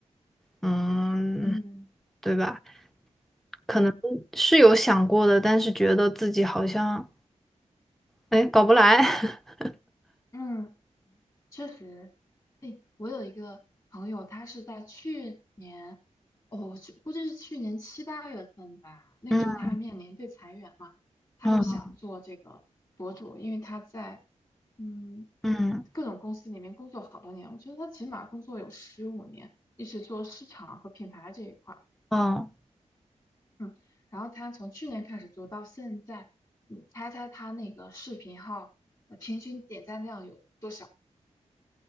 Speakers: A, in the centre; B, on the left.
A: 嗯，
B: 嗯，
A: 对吧？可能是有想过的，
B: 对，
A: 但是觉得自己好像。哎，搞不来，<laughs>
B: 嗯。确实，哎，我有一个朋友，他是在去年，哦，去估计是去年七八月份吧，那个时候他面临被裁员嘛，
A: 嗯
B: 他就想做这个博主，
A: 嗯
B: 因为他在嗯
A: 嗯
B: 各种公司里面工作好多年，我觉得他起码工作有十五年，一直做市场和品牌这一块儿，
A: 哦，
B: 嗯，然后他从去年开始做到现在，你猜猜他那个视频号呃平均点赞量有？多少？